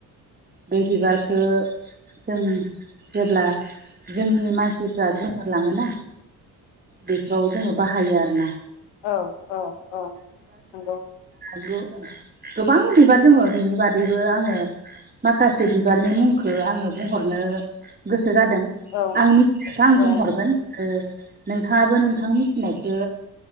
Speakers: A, on the right; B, on the left.
A: बे बिबारखो जों जेब्ला जोंनि मानसिफ्रा गोमोरलाङोना बेखौ जोंङो बाहायो आरो ना
B: औ अ अ नंगौ।
A: गो गोबां बिबार दङ' बिनि बादैबो आङो माखासे बिबारनि मुंखो आङों बुंहरनो गो सो जादों
B: औ
A: आं मिथिख खौ आं
B: औ
A: बुंहरगोन। नोंथाङाबो नोंथां मिथिनायखौ